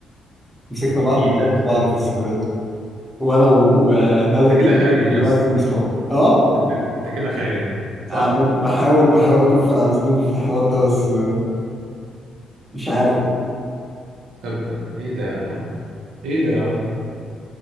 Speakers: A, in the centre; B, on the right.
A: مسكنا بعض
B: ايه
A: ضربنا
B: ده؟
A: بعض في السفرية وانا وندى
B: انت
A: دي
B: كده خاين
A: لحد دلوقتي
B: يا اسطى
A: مش صحاب اه
B: انت انت كده خاين صح؟
A: عم- بحاول بحاول اكفر عن ذنوبي في الحوار ده بس آه، مش عارف
B: تبا ايه ده يا عم؟ ايه ده يا عم؟